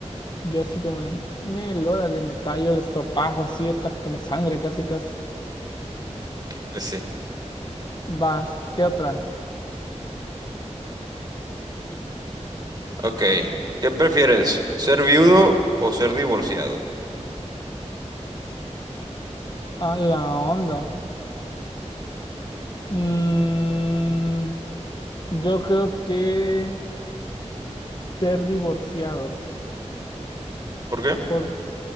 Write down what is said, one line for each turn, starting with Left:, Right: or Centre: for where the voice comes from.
Left: Yo así como, Nel, órale, me tallo el estropajo así hasta que me sangre casi casi.
Right: Eh, Sí.
Left: Vas, ¿qué otra?
Right: Ok. ¿Qué prefieres? ¿Ser viudo o ser divorciado?
Left: A la onda. Mm, yo creo que ser divorciado.
Right: ¿Por qué?
Left: Por,